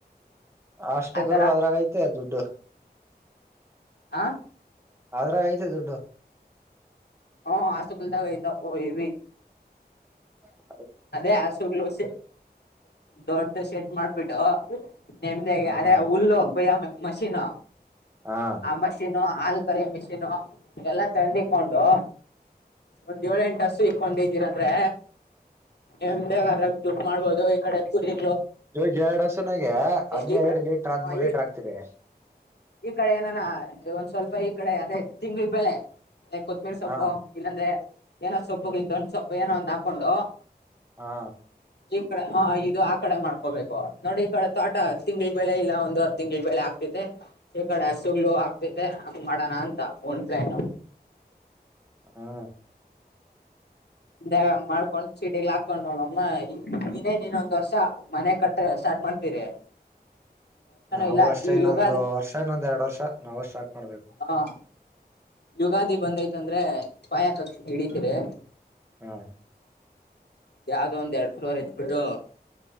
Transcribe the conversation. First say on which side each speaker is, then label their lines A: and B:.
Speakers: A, on the right (about 15°); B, on the left (about 80°).
A: ಅಷ್ಟ
B: ಆತರ
A: ಗುರು ಅದ್ರಾಗಐತೆ ದುಡ್ಡು
B: ಆ
A: ಅದ್ರಾಗ ಐತೆ ದುಡ್ಡು
B: ಹ ಆಸುಕಲ್ತಾ ಗ ತಾಪ್ಪ ಇ
A: ಹ
B: ಅದೇ ಹಸುಗ್ಲಸ ದೊಡ್ಡ ಶೆಟ್ ಮಾಡ್ಬಿಟ್ಟು ನಿೆಮ್ದ
A: ಹಾ
B: ಅರೆ ಹುಲ್ಲು ಕೊಯ ಮಷೀನು
A: ಹಾ
B: ಆ ಮಷಿನು ಹಲ್ ಕರಿ ಮಿಷೀನು ಎಲ್ಲಾ ತಂಡಿಕೊಂಡು ಒಂದ ಏಳ ಎಂಟುಸು ಇಕ್ಕೊಂಡಿದ್ದೀರಂದ್ರೆ ಎ್ದೇಾಗ ಅದಾಗ ದುಡ್ಡು ಮಾಡ್ಬೋದು ಈ ಕಡೆ ಪುರಿ
A: ಹೋಗ ಎರಡ್ಸನಾಗೆ ಅನ್ನ
B: ಈ
A: ಎರಡ್ ಲೀಟರ್ ಹ ಆದದ್್ಮೂರ್ ಲೀಟರ್
B: ಈ
A: ಆಾಕ್ತಿೀರಿ
B: ಈ ಕಡೆ ಏನಾನ ಒಂದ್ ಸ್ವಲ್ಪ ಈ ಕಡೆ ಅದೇ ತಿಂಗಳ ಬೆಳೆ ಅದೇ ಕೊತ್ಮಿರಿ ಸೊಪ್ಪು
A: ಹಾ
B: ಇಲ್ಲಾಂದ್ರೆ ಏನೋ ಸೊಪ್ಪು ಗೊಂಡ ಸೊಪ್ಪು ಏನೋ ಒಂದ್ ಹಾಕೊಂಡು
A: ಹಾ
B: ಈ ಕಡೆ ಹ ಇದು ಆ ಕಡೆ ಮಾಡ್ಕೋಬೇಕು ನೋಡಿ ಈ ಕಡೆ ತೋಟ ತಿಂ್ಗಳು ಬೆಳೆ ಇಲ್ಲ ಒಂದವರ್ ತಿಂಗ್ಳ ಬೆಳೆ ಆಗ್ತ ಈ ಕಡೆ ಅಷ್ಟು ಗ್ಲೋ ಆಗ್ತತೆ ಹಂಗ ಮಾಡೋಣ ಅಂತ ಒನ್್ ಪ್ಲಾನ್
A: ಹಾ
B: ದಾವಂಗ್ ಮಾಡ್ಕೊಂಡ ಸೀಟಿಗ್ ಹಾಕೊಂಡ್ಮ್ಮ ಇನ್ನೇ ನೀನ್ೊಂದ್ ವರ್ಷ ಮನೆ ಕಟ್ಟ್ರ ಸ್ಟಾರ್ಟ್ ಮಾಡ್ತೀರಿ <inaudible>
A: ನಾವು
B: ಇಲ್ಲ
A: ಅಷ್ಟೇ
B: ಈ
A: ಇನ್ನೊಂದು
B: ಯುಗಾದಿ
A: ವರ್ಷ ಇನ್ನೊಂದ್ ಎರಡ್ ವರ್ಷ ನಾವವು ಸ್ಟಾರ್ಟ್ ಮಾಡ್ಬೇಕು
B: ಹ ಯುಗಾದಿ ಬಂದೈತಂದ್ರೆ ಪಾಯಕ ಹಿಡಿತರಿ
A: ಹಾ <unintelligible>
B: ಯಾವದೋ ಒಂದ್ ಎರಡು ಫ್ಲೋರ್ ಇಟ್ಟ ಬಿಟ್ಟು